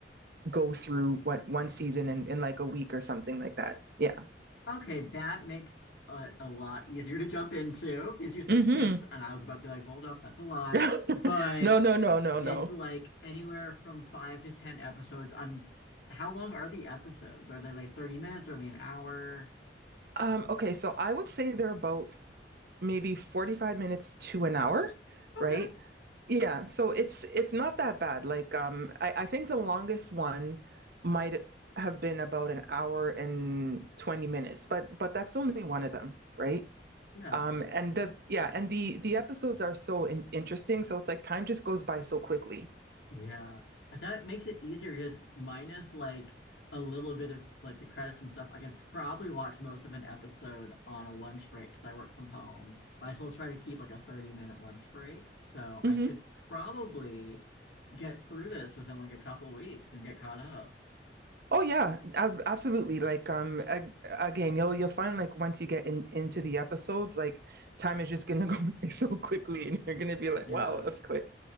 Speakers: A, on the right; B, on the left.
A: go through what one season in, in like a week or something like that. Yeah.
B: Okay, that makes a, a lot easier to jump into because you said
A: Mm-hmm.
B: six and I was about to be like, hold up, that's a lot.
A: <laughs>
B: But
A: No, no, no, no, no.
B: It's like anywhere from five to ten episodes. I'm how long are the episodes? Are they like 30 minutes? Are they an hour?
A: Um, okay, so I would say they're about maybe 45 minutes to an hour,
B: Okay.
A: right? Yeah, so it's it's not that bad. Like um I, I think the longest one might have been about an hour and 20 minutes, but but that's only one of them, right?
B: Yeah.
A: Um
B: So
A: and the yeah, and the the episodes are so in- interesting, so it's like time just goes by so quickly.
B: yeah. And That makes it easier because minus like a little bit of like the credits and stuff, I could probably watch most of an episode on a lunch break because I work from home. But I still try to keep like a 30 minute lunch break. So I
A: Mm-hmm.
B: could probably get through this within like a couple weeks and get caught up.
A: Oh yeah, ab- absolutely. Like um ag again, you'll you'll find like once you get in into the episodes, like time is just gonna <laughs> go by so quickly and you're gonna be like,
B: Yeah.
A: wow, that's quick.